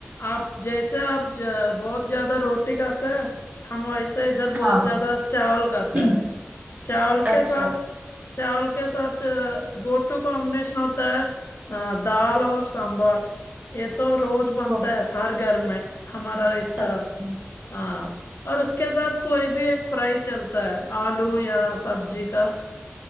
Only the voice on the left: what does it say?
आप जैसे आप ज- बहुत ज्यादा रोटी खाते हैं हम वैसे इधर बहुत
ज्यादा चावल खाते
हैं चावल
के साथ चावल के साथ गो टू कॉम्बिनेशन होता है अ, दाल और सांभर ये तो रोज बनता
है हर घर में हमारा इस तरह
हाँ और उसके साथ कोई भी एक फ्राई चलता है आलू या सब्जी का